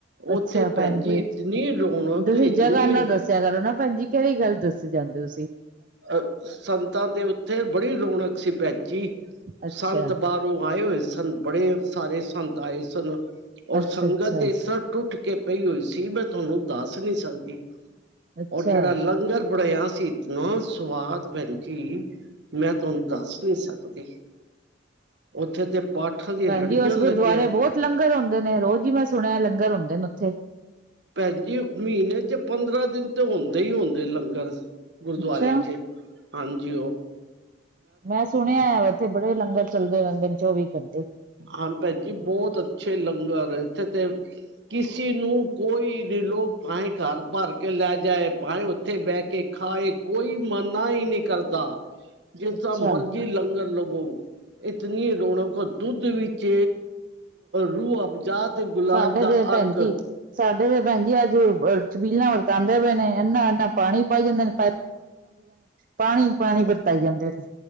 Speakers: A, on the right (about 45°); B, on the right (about 70°).
A: ਅੱਛਾ
B: ਉੱਥੇ ਭੈਣ
A: ਭੈਣਜੀ,
B: ਜੀ ਇਤਨੀ ਰੌਣਕ
A: ਤੁਸੀਂ
B: ਇਤਨੀ
A: ਜਗ੍ਹਾ ਨਾ ਦੱਸਿਆ ਕਰੋ ਨਾ। ਪੈੰਜੀ ਕੇੜੀ ਗੱਲ ਦੱਸੇ ਜਾਂਦੇ ਔ।
B: ਅ ਸੰਤਾਂ ਦੇ ਉੱਥੇ ਬੜੀ ਰੌਣਕ ਸੀ ਪੈੰਜੀ,
A: ਅੱਛਾ
B: ਸੰਤ ਬਾਰੋਂ ਆਏ ਹੋਏ ਸਨ। ਬੜੇ ਸਾਰੇ ਸੰਤ ਆਏ ਸਨ। ਔਰ
A: ਅੱਛਾ
B: ਸੰਗਤ
A: ਅੱਛਾ
B: ਇ ਸਰ ਟੁੱਟ ਕੇ ਪਈ ਹੋਈ ਸੀ ਮੈਂ ਤੁਹੈਨੂੰ ਦੱਸ ਨੀ ਸਕਦੀ।
A: ਅੱਛਾ
B: ਔਰ ਜੇੜਾ ਲੰਗਰ ਬਣਿਆ ਸੀਤ ਨਾ ਸਵਾਦ ਭੈਣ ਜੀ ਮੈਂ ਤੁਹਾਨ ਦੱਸ ਨੀ ਸਕਦੀ‌।ਔਥੇ ਤੇ ਪਾਠਾਂ ਦੀਆਂ
A: ਭੈਣਜੀ
B: ਲੜੀਆਂ
A: ਉਸ
B: ਲੱਗੀਆਂ।
A: ਗੁਰਦੁਆਰੇ ਬਹੁਤ ਲੰਗਰ ਹੁੰਦੇ ਨੇ ਰੋਜ਼ ਹੀ ਮੈਂ ਸੁਣਿਆ ਲੰਗਰ ਹੁੰਦੇ ਨੇ ਉੱਥੇ
B: ਭੈਣਜੀ ਮਹੀਨੇ ਚ ਪੰਦਰਾਂ ਦਿਨ ਤੇ ਹੁੰਦੇ ਹੀ ਹੁੰਦੇ ਲੰਗਰ ਗੁਰਦੁਆਰੇ
A: ਅੱਛਾ
B: ਚ ਹਾਂਜੀਿਓ
A: ਮੈਂ ਸੁਣਿਆ ਆ ਇੱਥੇ ਬੜੇ ਲੰਗਰ ਚੱਲਦੇ ਰਹਿੰਦੇ ਚੌਵੀ ਘੰਟੇ
B: ਹ ਭੈ ਜੀ ਬਹੁਤ ਅੱਛੇ ਲੰਗਰ ਹੈ ਉਥੇ ਤੇ ਕਿਸੇ ਨੂੰ ਕੋਈ ਨੀ ਲੋ ਭਾਵੇਂ ਘਰ ਭਰ ਕੇ ਲੈ ਜਾਏ ਭਾਵੇਂ ਉੱਥੇ ਬਹਿ ਕੇ ਖਾਏ ਕੋਈ ਮਨਾ ਹੀ ਨਹੀਂੀ ਕਰਦਾ ਜਿਸਾ
A: ਅੱਛਾ
B: ਮਰਜ਼ੀ ਲੰਗਰ ਲਗੋ ਇਤਨੀ ਰੁਣਕ ਦੁੱਧ ਵਿੱਚ ਰੋਬਜਾ ਤੇ ਗੁਲਾਬ
A: ਸਾਡੇ
B: ਦਾ
A: ਤੇ ਭੈਣ
B: ਅਰਕ
A: ਜੀ ਸਾਡੇ ਭੈਣਜੀ ਅੱਜ ਛਬੀਲਾਂਦੇ ਪਏ ਨੇ ਨਾ ਪਾਣੀ ਪਾਈ ਜਾਂਦਾ ਪਾਣੀ ਪਾਣੀ ਵਰਤਾਏ ਜਾਂਦੇ